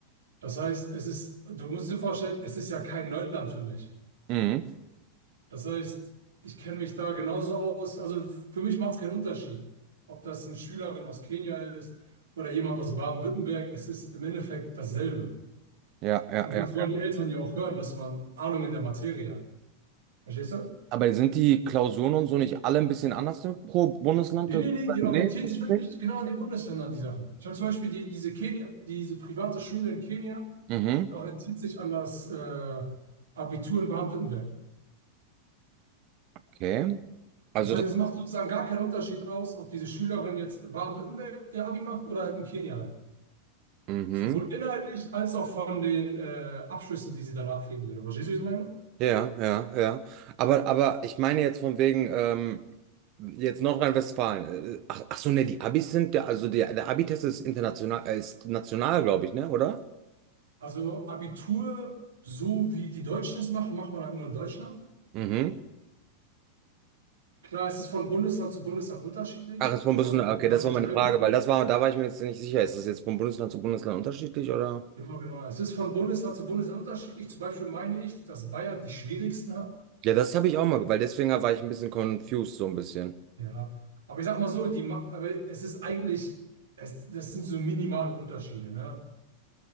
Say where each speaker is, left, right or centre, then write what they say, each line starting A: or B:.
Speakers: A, on the right (about 65°); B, on the right (about 40°).
A: Das heißt, es ist, du musst dir vorstellen, es ist ja kein Neuland für mich.
B: Mhm.
A: Das heißt, ich kenne mich da genauso aus. Also für mich macht es keinen Unterschied, ob das eine Schülerin aus Kenia ist oder jemand aus Baden-Württemberg. Es ist im Endeffekt dasselbe.
B: Ja, ja,
A: Und das
B: ja.
A: wollen die Eltern ja auch hören, dass man Ahnung in der Materie hat. Verstehst du?
B: Aber sind die Klausuren und so nicht alle ein bisschen anders pro Bundesland?
A: Nee,
B: Also,
A: nee, nee, die
B: nee,
A: orientieren
B: ist
A: sich wirklich
B: nicht.
A: genau an die Bundesländer, an die Sachen. Ich habe zum Beispiel die, diese, Kenia, diese private Schule in Kenia,
B: Mhm.
A: die orientiert sich an das äh, Abitur in Baden-Württemberg.
B: Okay. Also
A: Das heißt,
B: das,
A: es macht sozusagen gar keinen Unterschied aus, ob diese Schülerin jetzt in Baden-Württemberg ihr Abi macht oder halt in Kenia halt.
B: mhm.
A: Sowohl inhaltlich als auch von den äh, Abschlüssen, die sie danach kriegen. Oder verstehst du, wie ich meine?
B: Ja, ja, ja. Aber, aber ich meine jetzt von wegen, ähm, jetzt Nordrhein-Westfalen. Äh, Ach, ach so, ne, die Abis sind, der, also der, der Abi-Test ist international, äh, ist national, glaube ich, ne, oder?
A: Also Abitur, so wie die Deutschen es machen, macht man halt nur in Deutschland.
B: Mhm.
A: Klar, es ist von Bundesland zu Bundesland unterschiedlich,
B: Ach, ist vom
A: von
B: Bundesland,
A: der Aufgabengestaltung.
B: okay, das war meine Frage, weil das war, da war ich mir jetzt nicht sicher, ist das jetzt von Bundesland zu Bundesland unterschiedlich, oder?
A: Genau, genau. Es ist von Bundesland zu Bundesland unterschiedlich. Zum Beispiel meine ich, dass Bayern die schwierigsten hat.
B: Ja, das habe ich auch mal, weil deswegen war ich ein bisschen confused, so ein bisschen.
A: Ja. Aber ich sag mal so, die, ma- aber es ist eigentlich, es, das sind so minimale Unterschiede, ne?